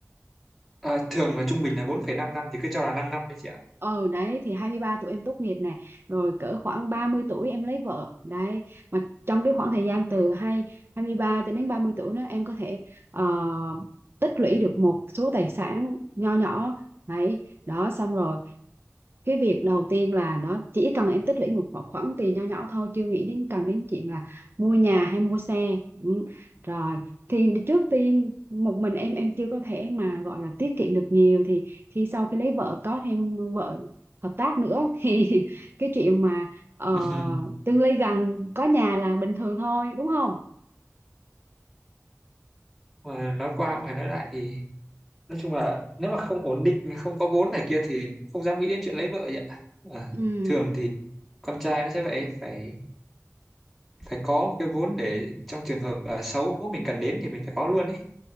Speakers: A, in the centre; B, on the right.
A: À, thường là trung bình là bốn phẩy năm năm thì cứ cho là 5 năm đi chị ạ.
B: ờ đấy thì 23 tuổi em tốt nghiệp nè rồi cỡ khoảng 30 tuổi em lấy vợ đấy mà trong cái khoảng thời gian từ hai 23 cho đến 30 tuổi nữa em có thể ờ, tích lũy được một số tài sản nho nhỏ đấy đó xong rồi cái việc đầu tiên là nó chỉ cần em tích lũy một khoản khoản tiền nho nhỏ thôi chưa nghĩ đến cần đến chuyện là mua nhà hay mua xe ừ. rồi thì trước tiên một mình em em chưa có thể mà gọi là tiết kiệm được nhiều thì khi sau khi lấy vợ có thêm vợ hợp tác nữa <laughs> thì cái chuyện mà ờ,
A: Ừm,
B: tương lai gần có nhà là bình thường thôi đúng không
A: Mà nói qua cũng phải nói lại thì nói chung là nếu mà không ổn định, không có vốn này kia thì không dám nghĩ đến chuyện lấy vợ vậy ạ. À,
B: ừ.
A: thường thì con trai nó sẽ vậy, phải phải có một cái vốn để trong trường hợp à, xấu mình cần đến thì mình phải có luôn ấy.